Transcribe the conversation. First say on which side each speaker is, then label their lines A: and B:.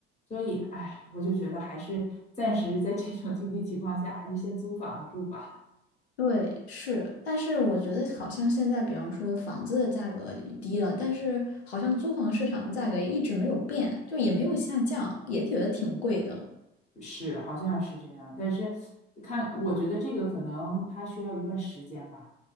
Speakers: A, on the left (about 20°); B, on the left (about 80°).
A: 所以，哎，我就觉得还是暂时在这种经济情况下，还是先租房子住吧。
B: 对，是，但是我觉得好像现在，比方说房子的价格也低了，但是好像租房市场的价格也一直没有变，就也没有下降，也觉得挺贵的。
A: 是，好像是这样，但是看，我觉得这个可能它需要一段时间吧。